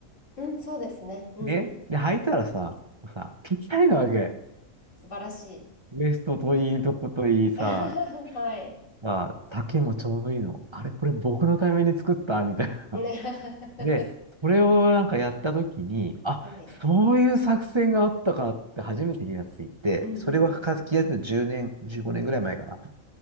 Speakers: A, on the left; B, on the right.
A: うん、そうですね。うんうん。
B: で、で、履いたらさ、さ、ぴったりなわけ。
A: 素晴らし
B: ウエストといいとこといいさ、
A: い。<laughs> はい。
B: あ、丈もちょうどいいの。あれ、これ僕のために作ったみたいな。
A: ね。
B: で、
A: <laughs>
B: それをなんかやった時に、あ、
A: はい。
B: そういう作戦があったかって初めて気がついて、
A: うんうんうん。
B: それは書き出した10年、15年ぐらい前かな。